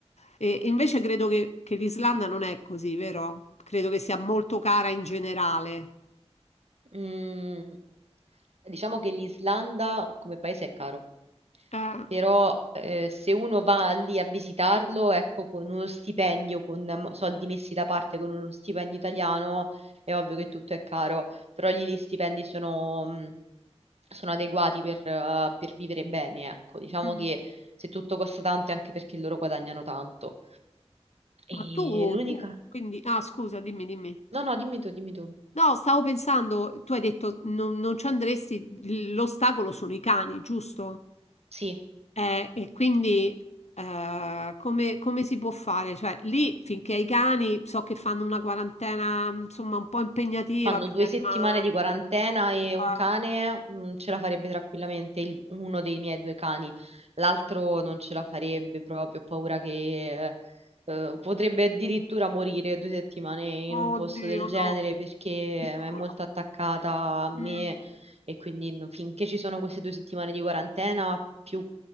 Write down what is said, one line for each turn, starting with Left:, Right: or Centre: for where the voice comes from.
Left: E invece credo che, che l'Islanda non è così, vero? Credo che sia molto cara in generale.
Right: Mm, Diciamo che l'Islanda come paese è caro.
Left: Eh,
Right: però eh, se uno va lì a visitarlo, ecco, con uno stipendio, con mm, soldi messi da parte con uno stipendio italiano, è ovvio che tutto è caro, però lì gli stipendi sono, mm, sono adeguati per, eh, per vivere bene, ecco, diciamo
Left: mm.
Right: che se tutto costa tanto è anche perché loro guadagnano tanto.
Left: Ma
Right: E
Left: tu,
Right: l'unica...
Left: tu, quindi, ah, scusa, dimmi, dimmi.
Right: No, no, dimmi tu, dimmi tu.
Left: No, stavo pensando, tu hai detto non, non ci andresti, l- l'ostacolo sono i cani, giusto?
Right: Sì.
Left: Eh, e quindi eh, come, come si può fare? Cioè, lì finché i cani so che fanno una quarantena, insomma, un po' impegnativa
Right: Fanno
Left: per
Right: due
Left: gli animali.
Right: settimane di quarantena e un
Left: Ah,
Right: cane, mm, ce la farebbe tranquillamente, il- uno dei miei due cani. L'altro non ce la farebbe proprio, ho paura che eh, eh, potrebbe addirittura morire due settimane in un
Left: Oddio,
Right: posto del
Left: no,
Right: genere perché
Left: piccolo.
Right: è molto attaccata a me
Left: Mm,
Right: e quindi no- finché ci sono queste due settimane di quarantena, più,